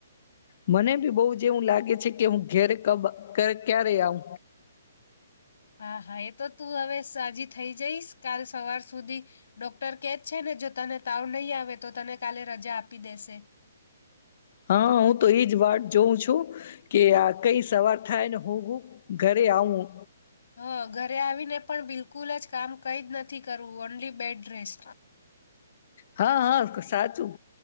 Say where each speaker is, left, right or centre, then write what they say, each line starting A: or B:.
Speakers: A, on the left; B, on the left.
A: મને બી બહુ જ એવું લાગે છે કે હું ઘેરે કબ ક્યારે આવ.
B: હા હા એ તો તું હવે સાજી થઈ જઈશ કાલ સવાર સુધી ડોક્ટર કેજ છે ને જો તને તાવ નહીં આવે તો તને કાલે રજા આપી દેશે.
A: હા હું તો એજ વાત જોઉં છું કે આ કઈ સવાર થાય ને હું ઘરે આવું.
B: હં ઘરે આવીને પણ બિલકુલ જ કામ કંઈ જ નથી કરવું ઓનલી બેડરેસ્ટ.
A: હા હા સાચું